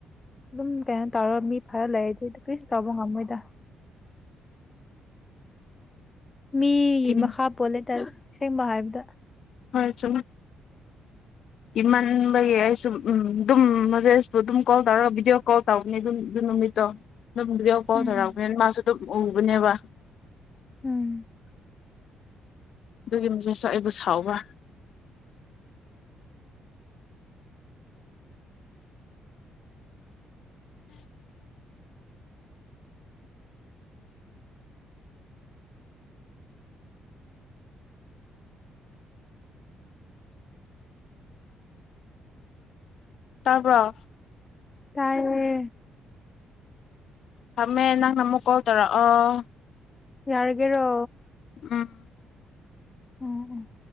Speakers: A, on the left; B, on the left.
A: ꯑꯗꯨꯝ ꯀꯩꯅꯣ ꯇꯧꯔꯒ ꯃꯤ ꯐꯔ ꯂꯩꯔꯗꯤ ꯀꯔꯤꯝ ꯇꯧꯕ ꯉꯝꯃꯣꯏꯗ ꯃꯤꯒꯤ
B: ꯍꯣꯏ
A: ꯃꯈꯥ ꯄꯣꯜꯂꯦ ꯇꯔ ꯑꯁꯦꯡꯕ ꯍꯥꯏꯕꯗ
B: ꯍꯣꯏ ꯆꯨꯝꯃꯦ ꯀꯤꯃꯟꯕꯒꯤ ꯑꯩꯁꯨ ꯎꯝ ꯑꯗꯨꯝ ꯃꯖꯦꯄꯨ ꯑꯗꯨꯝ ꯀꯣꯜ ꯇꯧꯔꯒ ꯚꯤꯗꯤꯑꯣ ꯀꯣꯜ ꯇꯧꯕꯅꯤ ꯑꯗꯨ ꯑꯗꯨ ꯅꯨꯃꯤꯠꯇꯣ ꯅꯪ ꯕꯤꯗꯤꯑꯣ ꯀꯣꯜ
A: ꯎꯝ
B: ꯇꯧꯔꯛꯑꯕꯅꯤꯅ ꯃꯥꯁꯨ ꯑꯗꯨꯝ ꯎꯕꯅꯦꯕ
A: ꯎꯝ
B: ꯑꯗꯨꯒꯤ ꯃꯦꯁꯦꯁꯁꯨ ꯑꯩꯕꯨ ꯁꯥꯎꯕ ꯇꯥꯕꯔꯣ
A: ꯇꯥꯏꯌꯦ
B: ꯊꯝꯃꯦ ꯅꯪ ꯑꯃꯨꯛ ꯀꯣꯜ ꯇꯧꯔꯛꯑꯣ
A: ꯌꯥꯔꯒꯦꯔꯣ
B: ꯎꯝ
A: ꯎꯝ ꯎꯝ